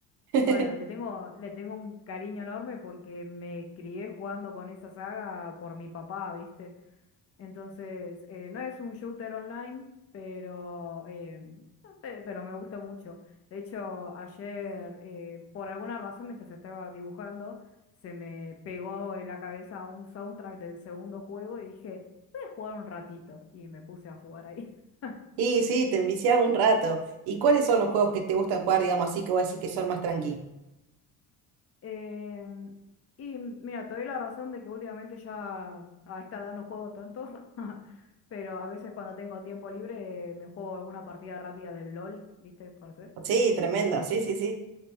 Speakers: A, on the right; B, on the left.
A: <laughs>
B: Bueno, le tengo, le tengo un cariño enorme porque me crié jugando con esa saga por mi papá, ¿viste? Entonces, eh, no es un shooter online, pero, eh, no, pe- pero me gusta mucho. De hecho, ayer, eh, por alguna razón, mientras estaba dibujando, se me pegó en la cabeza un soundtrack del segundo juego y dije, voy a jugar un ratito. Y me puse a jugar ahí. <laughs>
A: Y sí, te enviciaba un rato. ¿Y cuáles son los juegos que te gustan jugar, digamos así, que voy a decir que son más tranqui?
B: Em, y mira, te doy la razón de que últimamente ya a esta edad no juego tanto, <laughs> pero a veces cuando tengo tiempo libre eh, me juego alguna partida rápida del LOL, ¿viste? ¿Conoces?
A: Sí, tremendo, sí, sí, sí.